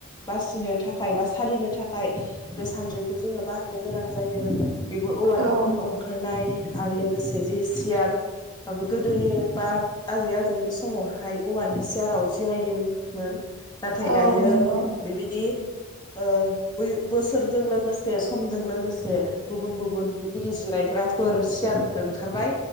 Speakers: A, on the left; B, on the right.
A: बासिनो थाखाय बासि सालिनो थाखाय बे सान्द्रिखौ जोङो बाहायनो गोनां जायो बेबो औवानिफ्रायनो
B: औ
A: अंखारनाय आरो लोगोसे जि सियार आबो गोदोनि बा आजै आजौनि समावहाय औवानि सियाराव जिरायो मोन नाथाय
B: औ
A: दायो
B: नंगौ
A: बेबायदि ओ बोसोरजों लोगोसे समजों लोगोसे गुबुन गुबुन बेबायदि जिरायग्राफोर सियारफोर ओंखारबाय